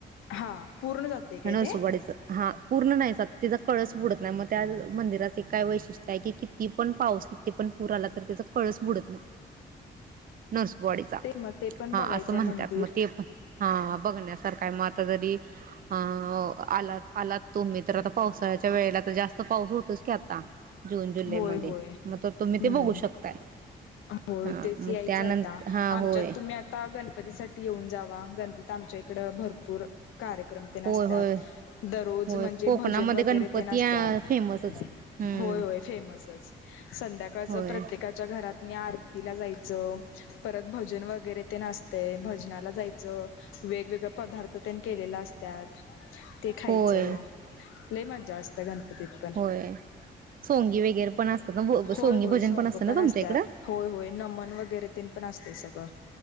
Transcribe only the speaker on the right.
नरसोबावाडीच
हा पूर्ण नाही जात त्याचा कळस बुडत नाही मग त्या मंदिरात ते काय वैशिष किती पण पाऊस, किती पण पूर आला तर त्याचा कळस बुडत नाही. नरसोबावाडीचा
हा
असं म्हणतात
मग ते पण ह बघण्यासारखा मग आता जरी अ आलात आलात तुम्ही तर आता पावसाळ्याच्या वेळेला तर जास्त पाऊस होतोच की आता. जून जुलैमध्ये
मग तर तुम्ही
ते बघू शकताय
हा
मग
त्यानंतर
हा
होय
होय
होय
होय
कोकणामध्ये
गणपती
फेमसच हम्म
होय
होय
होय सोंगी वगैरे पण असतात ना
सोंगी
भजन
असतं ना
तुमच्या
इकडं